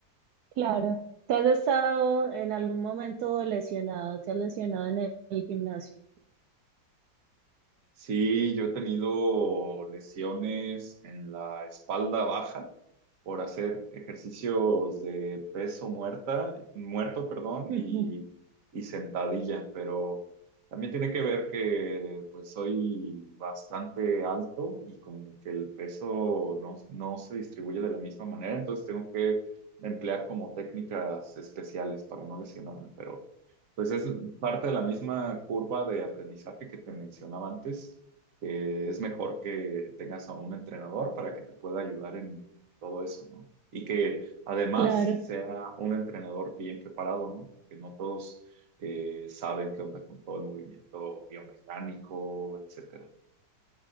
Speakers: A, on the right; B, on the right.
A: Claro. ¿Tú has estado en algún momento lesionado? ¿Te has lesionado en el, el gimnasio?
B: Sí, yo he tenido lesiones en la espalda baja por hacer ejercicios de peso muerta, muerto, perdón, y,
A: Ujú,
B: y sentadilla, pero también tiene que ver que pues soy bastante alto y como que el peso no, no se distribuye de la misma manera, entonces tengo que emplear como técnicas especiales para no lesionarme, pero pues es parte de la misma curva de aprendizaje que te mencionaba antes. que es mejor que tengas a un entrenador para que te pueda ayudar en todo eso, ¿no? Y que además
A: Claro,
B: sea un entrenador bien preparado, ¿no? Que no todos eh, saben qué onda con todo el movimiento biomecánico, etcétera.